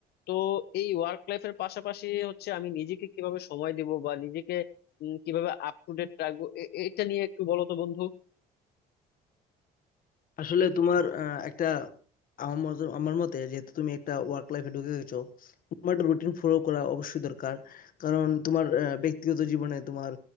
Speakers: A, on the left (about 70°); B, on the left (about 55°).
A: তো এই ওয়ার্ক লাইফের পাশাপাশি হচ্ছে আমি নিজেকে কিভাবে সময় দেব বা নিজেকে উম, কিভাবে আপ টু ডেট রাখবো এ- এটা নিয়ে একটু বলো তো বন্ধু
B: আসলে তোমার আহ, একটা আমার মতে আমার মতে যেহেতু তুমি একটা ওয়ার্ক লাইফে ঢুকে গেছো তোমার একটা রুটিন ফলো করা অবশ্যই দরকার কারণ তোমার আহ, ব্যক্তিগত জীবনে তোমার